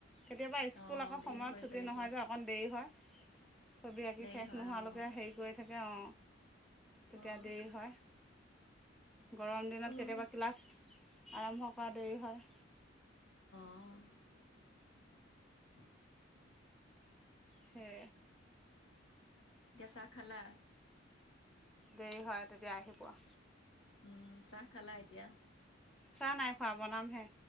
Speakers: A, in the centre; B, on the left.
A: কেতিয়াবা স্কুল
B: অ',
A: আকৌ
B: দেৰি
A: সময়ত
B: হৈ
A: ছুটি
B: যায়গে,
A: নহয় যে অকণ দেৰি হয়। ছবি আঁকি
B: দেৰি
A: শেষ
B: হয়
A: নোহোৱালৈকে
B: অ',
A: হেৰি কৰি থাকে অ। তেতিয়া
B: অ',
A: দেৰি হয়। গৰম দিনত
B: অ',
A: কেতিয়াবা ক্লাছ আৰম্ভ কৰা দেৰি হয়।
B: অ,
A: হে
B: চাহ খালা
A: দেৰি হয় তেতিয়া আহি পোৱা।
B: উম চাহ খালা এতিয়া
A: চাহ নাই খোৱা বনামহে।